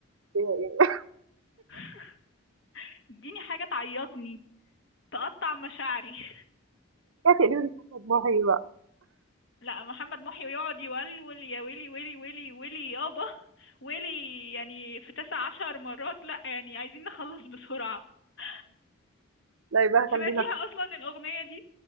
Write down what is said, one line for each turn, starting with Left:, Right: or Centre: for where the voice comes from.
Right: يعني <laughs>
Left: <laughs> اديني حاجة تعيطني تقطع مشاعري <laughs>
Right: يا تقريبا محمد محي بقى
Left: لا محمد محي ويقعد يولول يا ويلي ويلي ويلي ويلي يابا ويلي يعني في تسع عشر مرات لا يعني عايزين نخلص بسرعة <laughs>
Right: لا يبقى خلينا
Left: سمعتيها اصلا الاغنيه دي